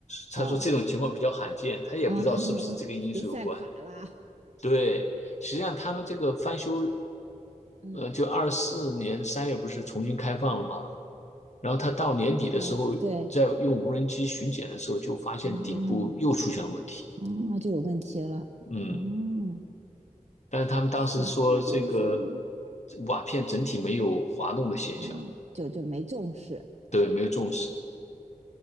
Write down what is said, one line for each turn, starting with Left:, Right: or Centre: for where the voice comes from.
Left: 他说这种情况比较罕见，
Right: 哦，
Left: 他也不知道是不是这个因素有关。
Right: 哦，<laughs> 给晒垮了，
Left: 对，实际上他们这个翻修。
Right: 嗯
Left: 呃，就二四年三月不是重新开放了吗？然后他到年底的时候，
Right: 嗯，对，
Left: 在用无人机巡检的时候，就发现顶部又出现了问题。
Right: 哦。啊，就有问题了。
Left: 嗯，
Right: 哦，
Left: 但是他们当时说这个
Right: 是，那就是说嗯
Left: 瓦片整体没有滑动的现象，
Right: 啊，就就没重视。
Left: 对，没有重视。